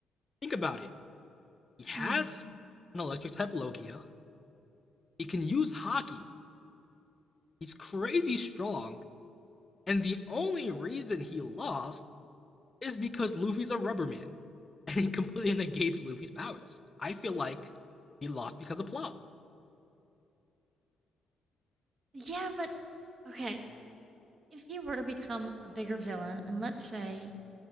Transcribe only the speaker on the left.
Think about it. He has
an electric type Logia. He can use hockey. He's crazy strong. And the only reason he lost is because Luffy's a rubber man. And he completely <laughs> negates Luffy's powers. I feel like he lost because of plot.